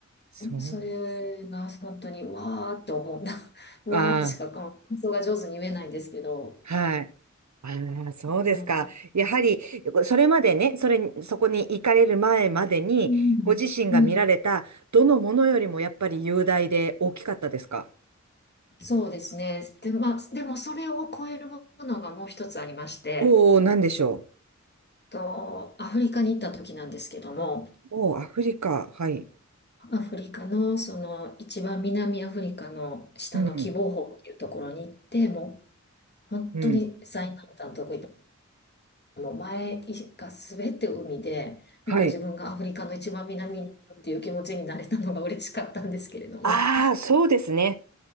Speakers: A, on the right; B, on the left.
A: そ
B: それが本当にわーって思った。<laughs>
A: う、
B: わーってしかこの感想が上手に言えないんですけど、
A: ああ、はい。ああ、そうですか。
B: いや
A: やはり、それまでね、それに、そこに行かれる前までに、
B: うん。
A: ご自身が見られた、
B: うん、
A: どのものよりもやっぱり雄大で大きかったですか
B: そうですね。で、まあ、でもそれを超えるものがもう一つありまして、
A: おおー、なんでしょ
B: と、アフリカに行った時なんですけども、
A: う。おお、アフリカ。はい。
B: アフリカのその一番南アフリカの下の喜望峰っていうところに行って、
A: うん、
B: もう本当に最南端のとこ行って、
A: うん、
B: もう前が全て海で、
A: はい。
B: なんか自分がアフリカの一番南に行ったっていう気持ちになれたのが嬉しかったんですけれども。
A: ああ、そうですね。